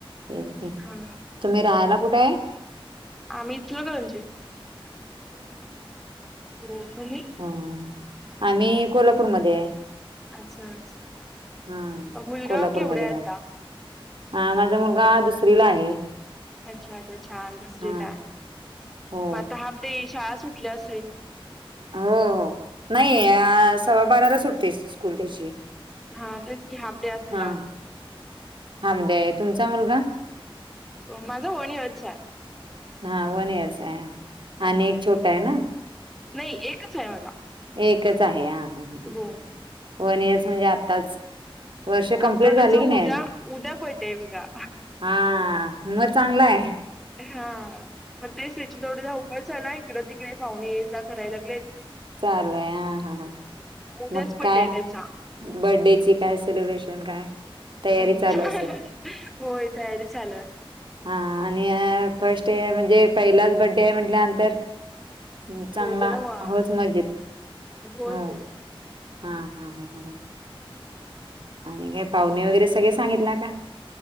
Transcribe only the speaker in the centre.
हा.
आम्ही इचलकरंजी, हो. तुम्ही?
अच्छा अच्छा
मुलगा
केवढा आहे
आता?
अच्छा अच्छा छान दुसरीला
आहे,
मग आता हाफ डे, शाळा सुटली असेल?
हा तेच की, हाफ डे असेल
आज.
अ माझा वन इयर चा आहे.
आहे.
नाही एकच आहे मला.
हो
आता त्याचा
उद्या
उद्या बड्डे बघा.
हा, मग तेच त्याची थोडी धावपळ चालूय, इकडं तिकडे पाहुणे ये जा करायला लागलेत.
उद्याच
बड्डे
आहे त्याचा.
हो,
होय तयारी चालू हाय.
हो जरा होय
होय.